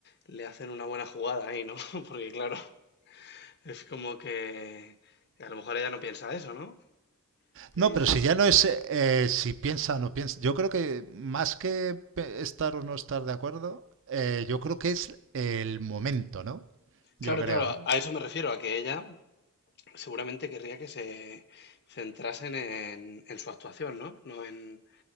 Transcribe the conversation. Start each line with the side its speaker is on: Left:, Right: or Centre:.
Left: le hacen una buena jugada ahí, ¿no? <laughs> Porque claro, es como que a lo mejor ella no piensa eso, ¿no? Y
Right: No, pero
Left: se-
Right: si ya no es eh, si piensa o no piensa, yo creo que más que pe- estar o no estar de acuerdo, eh, yo creo que es el momento, ¿no? Yo
Left: Claro,
Right: creo.
Left: claro, a eso me refiero, a que ella seguramente querría que se centrasen en, en su actuación, ¿no? No en,